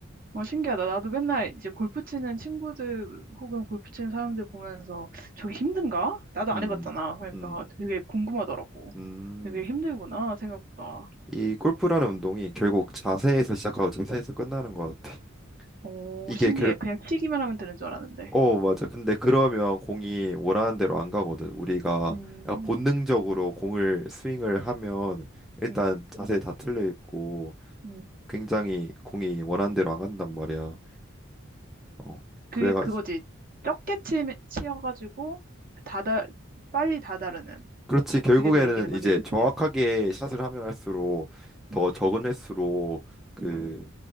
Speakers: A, on the right; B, in the centre.
A: 어, 신기하다. 나도 맨날 이제 골프 치는 친구들 혹은 골프 치는 사람들 보면서 저게 힘든가? 나도
B: 음.
A: 안 해봤잖아. 그러니까
B: 음.
A: 되게 궁금하더라고.
B: 음.
A: 되게 힘들구나, 생각보다.
B: 이 골프라는 운동이 결국 자세에서
A: 음.
B: 시작하고 자세에서 끝나는 것 같아.
A: 오,
B: 이게
A: 신기해.
B: 결,
A: 그냥 치기만 하면 되는 줄 알았는데.
B: 어, 맞아. 근데 그러면 공이 원하는 대로 안 가거든. 우리가
A: 음,
B: 약간 본능적으로 공을 스윙을 하면 일단
A: 음,
B: 자세 다 틀려 있고
A: 음.
B: 굉장히 공이 원하는 대로 안 간단 말이야. 어,
A: 그게
B: 그래가지고
A: 그거지. 적게 치, 치여가지고, 다다, 빨리 다다르는.
B: 그렇지. 결국에는
A: 그게 더 이기는 거지,
B: 이제
A: 그치?
B: 정확하게 샷을 하면 할수록 더
A: 음,
B: 적은 횟수로 그
A: 음,